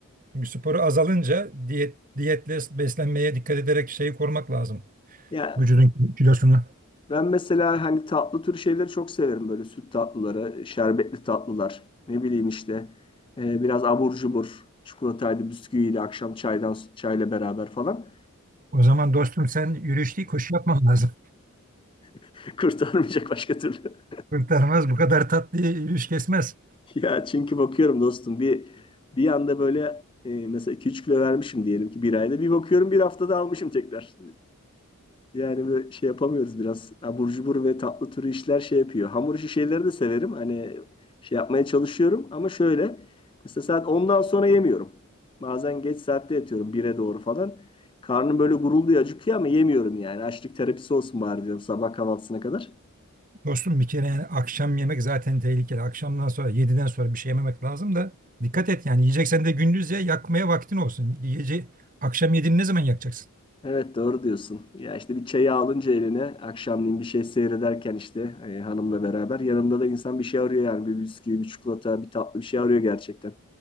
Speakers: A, on the right; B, on the left.
A: Çünkü sporu azalınca diyet, diyetle beslenmeye dikkat ederek şeyi korumak lazım.
B: Ya
A: Vücudun kilosunu.
B: ben mesela hani tatlı tür şeyleri çok severim böyle süt tatlıları, şerbetli tatlılar. Ne bileyim işte e, biraz abur cubur, çikolataydı, bisküviydi, akşam çaydan çayla beraber falan.
A: O zaman dostum sen yürüyüş değil koşu yapman lazım.
B: <laughs> Kurtarmayacak başka türlü. <laughs>
A: Kurtarmaz bu kadar tatlı yürüyüş kesmez.
B: Ya çünkü bakıyorum dostum bir bir anda böyle e, mesela 2-3 kilo vermişim diyelim ki bir ayda. Bir bakıyorum bir haftada almışım tekrar. Yani böyle şey yapamıyoruz biraz. Abur cubur ve tatlı türü işler şey yapıyor. Hamur işi şeyleri de severim. Hani şey yapmaya çalışıyorum ama şöyle. Mesela saat ondan sonra yemiyorum. Bazen geç saatte yatıyorum bire doğru falan. Karnım böyle gurulduyor acıkıyor ama yemiyorum yani. Açlık terapisi olsun bari diyorum sabah kahvaltısına kadar.
A: Dostum bir kere yani akşam yemek zaten tehlikeli. Akşamdan sonra yediden sonra bir şey yememek lazım da dikkat et yani yiyeceksen de gündüz ye yakmaya vaktin olsun. Yiyece akşam yediğini ne zaman yakacaksın?
B: Evet doğru diyorsun. Ya işte bir çayı alınca eline akşamleyin bir şey seyrederken işte e, hanımla beraber yanında da insan bir şey arıyor yani bir bisküvi, bir çikolata, bir tatlı bir şey arıyor gerçekten.